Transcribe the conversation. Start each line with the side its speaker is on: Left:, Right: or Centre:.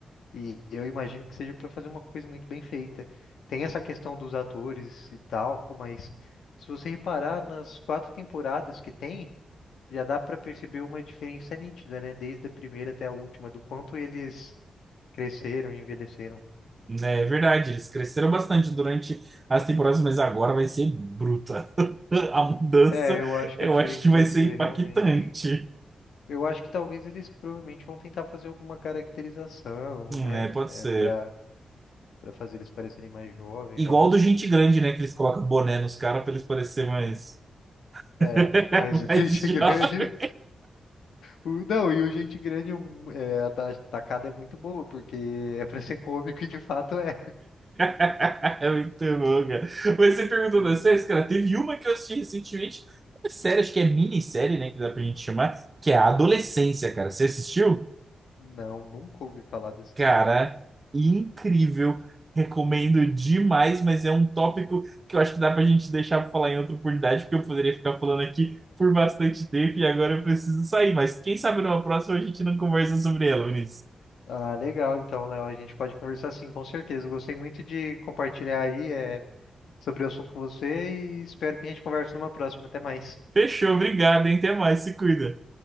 Left: e eu imagino que seja para fazer uma coisa muito bem feita. Tem essa questão dos atores e tal, mas se você reparar nas quatro temporadas que tem, já dá para perceber uma diferença nítida, né? Desde a primeira até a última, do quanto eles Cresceram e envelheceram.
Right: É verdade, eles cresceram bastante durante as temporadas, mas agora vai ser bruta. <laughs> A mudança,
Left: É, eu acho que
Right: eu
Left: a diferença
Right: acho que vai
Left: vai
Right: ser
Left: ser
Right: impactante.
Left: realmente. Eu acho que talvez eles provavelmente vão tentar fazer alguma caracterização,
Right: Hum,
Left: né?
Right: É, pode
Left: É,
Right: ser.
Left: pra, pra fazer eles parecerem mais jovens,
Right: Igual
Left: algo assim.
Right: do Gente Grande, né? Que eles colocam boné nos caras pra eles parecerem mais.
Left: É,
Right: <laughs>
Left: mas o <laughs>
Right: mais
Left: gente
Right: jovens.
Left: grande. o- não, e o gente grande, um, é, a ta- tacada é muito boa, porque é pra ser cômico e de fato é.
Right: <laughs> É muito bom, cara. Mas você perguntou
Left: Sim.
Right: das séries, cara, teve uma que eu assisti recentemente, uma série, acho que é minissérie, né? Que dá pra gente chamar, que é a Adolescência, cara. Você assistiu?
Left: Não, nunca ouvi falar dessa
Right: Cara,
Left: série.
Right: incrível. Recomendo demais, mas é um tópico que eu acho que dá pra gente deixar pra falar em outra oportunidade, porque eu poderia ficar falando aqui por bastante tempo e agora eu preciso sair. Mas quem sabe numa próxima a gente não conversa sobre ela, Vinícius.
Left: Ah, legal, então, Léo, a gente pode conversar sim, com certeza. Eu gostei muito de compartilhar aí. é, sobre o assunto com você e espero que a gente converse numa próxima. Até mais.
Right: Fechou, obrigado, hein? Até mais, se cuida.